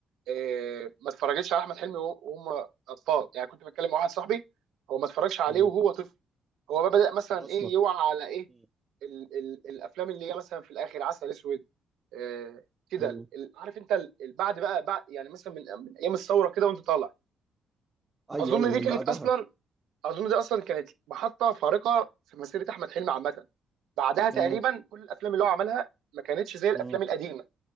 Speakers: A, on the right; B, on the right.
A: إيه، ما اتفرجتش على احمد حلمي وه- وهم اطفال يعني كنت بتكلم مع واحد صاحبي هو ما اتفرجش عليه
B: مم.
A: وهو طفل هو بقى بدا مثلا
B: اصلا
A: ايه يوعى على ايه
B: مم.
A: ال ال الافلام اللي هي مثلا في الاخر عسل اسود إيه، كده
B: مم.
A: ال- ال- عارف انت ال- ال- بعد بقى بعد يعني مثلا من من ايام الثوره كده وانت طالع
B: ايوه
A: اظن
B: ايوه
A: دي
B: من
A: كانت
B: بعدها
A: اصلا اظن دي اصلا كانت محطه فارقه في مسيره احمد حلمي عامه بعدها تقريبا
B: مم.
A: كل الافلام اللي هو عملها ما كانتش زي الافلام
B: مم.
A: القديمه